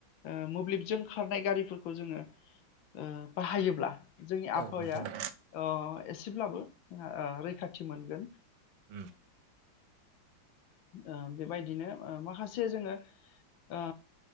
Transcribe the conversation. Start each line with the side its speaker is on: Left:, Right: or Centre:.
Left: ओ मोब्लिबजों खारनाय गारिफोरखौ जोङो ओ बाहायोब्ला जोंनि आबहावाया
Right: औ नोंथां औ।
Left: ओ एसेब्लाबो जोंहा ओ रैखाथि मोनगोन
Right: उम
Left: ओ बेबायदिनो ओ माखासे जोङो ओ